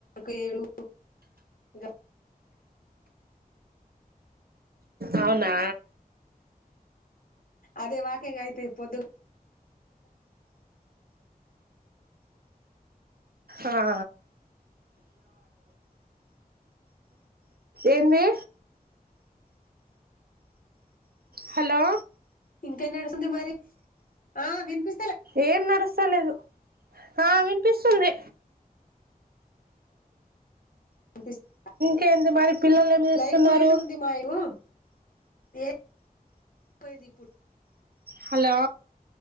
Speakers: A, on the left (about 70°); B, on the right (about 85°).
A: కు ఏడు ఇగ
B: అవునా
A: అదే వాకింగ్ అయితే పొద్దుగా
B: ఆ ఎన్ని హలో
A: ఇంకడుస్తుంది మరి ఆ విపి
B: ఏం నడుస్తా లేదు హా విన్పిస్తుంది
A: <inaudible>
B: టేంది మరి పిల్లలు ఏం చేస్తున్నారు
A: లైట్ పోయేట్టు ఉంది మా ఇటు ఏం పోయింది ఇప్పుడ్
B: హలో